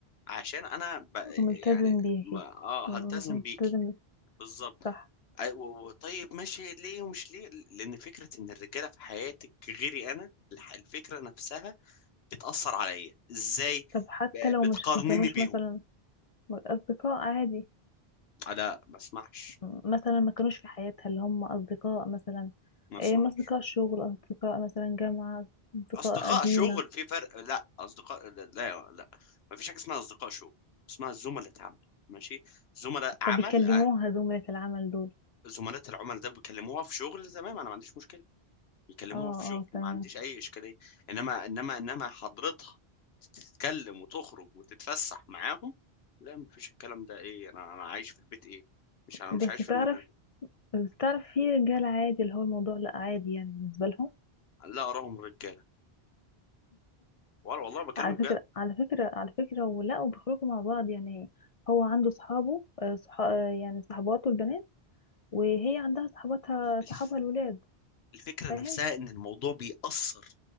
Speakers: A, on the left; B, on the left.
A: عشان انا ب...
B: ملتزم
A: يعني
B: بيكي
A: ما... اه
B: أمم،
A: هلتزم
B: ملتزم
A: بيكي
B: بيكي
A: بالظبط
B: صح
A: أي- و- و- طيب ماشي ليه ومش ليه لان فكره ان الرجاله في حياتك غيري انا الح- الفكره نفسها بتأثر عليا ازاي
B: طب حتى
A: ب-
B: لو
A: بتقارنيني
B: مش ما كانوش
A: بيهم
B: مثلا اصدقاء عادي
A: آه، لا ما اسمعش
B: أمم، مثلا ما كانوش في حياتها اللي هم اصدقاء مثلا
A: ما اسمعش
B: ايه ما اصدقاء شغل اصدقاء مثلا جامعة اصدقاء
A: اصدقاء
B: قديمة
A: شغل في فرق لا اصدقاء لا لا لا. ما فيش حاجه اسمها اصدقاء شغل اسمها زملاء عمل ماشي زملاء عمل
B: طب يكلموها
A: آه.
B: زملاء العمل دول
A: زملاء العمل ده بيكلموها في شغل تمام انا ما عنديش مشكله بيكلموها
B: اه
A: في شغل
B: اه تمام
A: ما عنديش اي اشكاليه انما انما انما حضرتها تتكلم وتخرج وتتفسح معاهم لا ما فيش الكلام ده ايه انا انا عايش في البيت ايه مش انا
B: بس
A: مش عايش
B: تعرف
A: في المه...
B: بس تعرف في رجال عادي اللي هو الموضوع لا عادي يعني بالنسبة لهم
A: لا أراهم رجالة ولا والله بكلمك
B: على فكرة
A: بجد
B: على فكرة على فكرة ولا وبيخرجوا مع بعض يعني هو عنده صحابه آه، صح... آه، يعني صحباته البنات وهي عندها صحباتها
A: الف-
B: صحابها الولاد
A: الفكرة
B: فاهم
A: نفسها إن الموضوع بيأثر